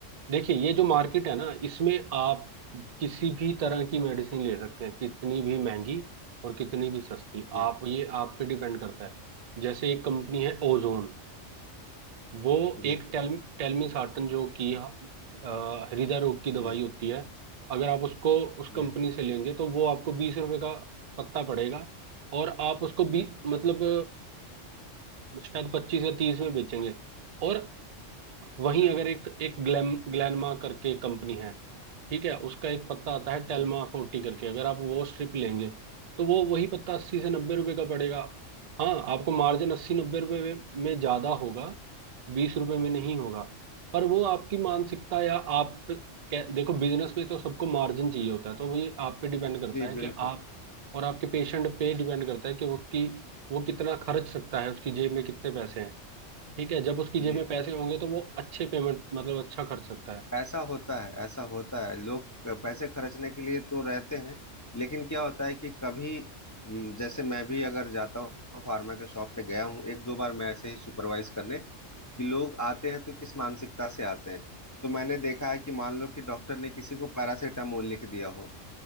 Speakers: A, on the right; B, on the left.
A: देखिए ये जो मार्केट है ना इसमें आप किसी भी तरह की मेडिसिन ले सकते हैं कितनी भी महंगी और कितनी भी सस्ती
B: जी
A: आप ये आप पे डिपेंड करता है जैसे एक कंपनी है ओजोन वो
B: जी
A: एक टेल टेलमिसार्टन जो कि अ, हृदय रोग की दवाई
B: जी
A: होती है अगर आप उसको उस
B: जी
A: कंपनी से लेंगे तो वो आपको बीस रुपए का पत्ता पड़ेगा और आप उसको बी मतलब अ, शायद पच्चीस या तीस में बेचेंगे और वहीं
B: अच्छा
A: अगर एक एक ग्लैम ग्लैनमा करके कंपनी है ठीक है उसका एक पत्ता आता है टेल्मा
B: जी
A: फोर्टी करके अगर आप वो स्ट्रिप लेंगे तो वो वही पत्ता अस्सी से नब्बे रुपए का पड़ेगा हाँ आपको मार्जिन अस्सी नब्बे रुपए में ज्यादा होगा बीस रुपए में नहीं होगा पर वो आपकी मानसिकता या आप पे- कै- देखो बिजनेस में तो सबको मार्जिन चाहिए होता है तो वो ये आप पे डिपेंड करता
B: जी
A: है कि
B: बिल्कुल
A: आप और आपके पेशेंट पे डिपेंड करता है कि उसकी वो कितना खर्च सकता है उसकी जेब में कितने पैसे हैं ठीक है जब उसकी
B: जी
A: जेब में पैसे होंगे तो वो अच्छे पेमेंट मतलब अच्छा खर्च सकता है
B: ऐसा होता है ऐसा होता है लोग पैसे खर्चने के लिए तो रहते हैं लेकिन क्या होता है कि कभी हम्म, जैसे मैं भी अगर जाता हूँ फार्मा के शॉप पे गया हूँ एक दो बार मैं ऐसे ही सुपरवाइज करने कि लोग आते हैं तो किस मानसिकता से आते हैं तो मैंने देखा है कि मान लो कि डॉक्टर ने किसी को पैरासीटामोल लिख दिया हो